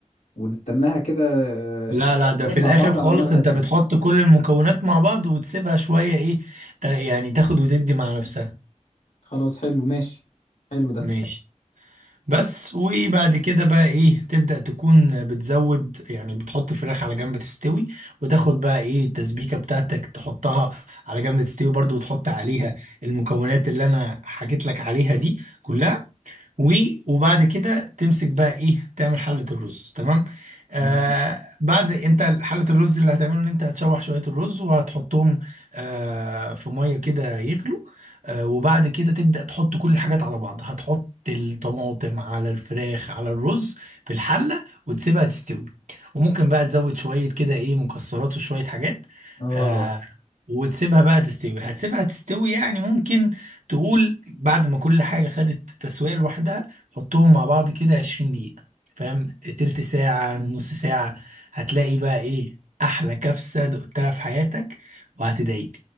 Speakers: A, on the left (about 75°); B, on the right (about 85°).
A: ونستناها كده
B: لا
A: آه، يتسووا
B: لا ده في
A: مع
B: الاخر
A: بعض
B: خالص
A: على نار
B: انت
A: هاديه
B: بتحط كل المكونات مع بعض وتسيبها شوية ايه تا- يعني تاخد وتدي مع نفسها
A: خلاص حلو ماشي حلو ده
B: ماشي بس وبعد كده بقى ايه تبدأ تكون بتزود يعني بتحط الفراخ على جنب تستوي وتاخد بقى ايه التسبيكة بتاعتك تحطها على جنب تستوي برضو وتحط عليها المكونات اللي انا حكيت لك عليها دي كلها و- وبعد كده تمسك بقى ايه تعمل حلة الرز تمام آه
A: تمام
B: بعد انت حلة الرز اللي هتعمله ان انت هتشوح شوية الرز وهتحطهم آه في مية كده يغلوا آه وبعد كده تبدأ تحط كل الحاجات على بعض هتحط الطماطم على الفراخ على الرز في الحلة وتسيبها تستوي وممكن بقى تزود شوية كده ايه مكسرات وشوية حاجات
A: اه
B: آه وتسيبها بقى تستوي هتسيبها تستوي يعني ممكن تقول بعد ما كل حاجة خدت تسوية لوحدها حطهم مع بعض كده 20 دقيقة فاهم تلت ساعة نص ساعة هتلاقي بقى ايه أحلى كبسة دقتها في حياتك وهتدعيلي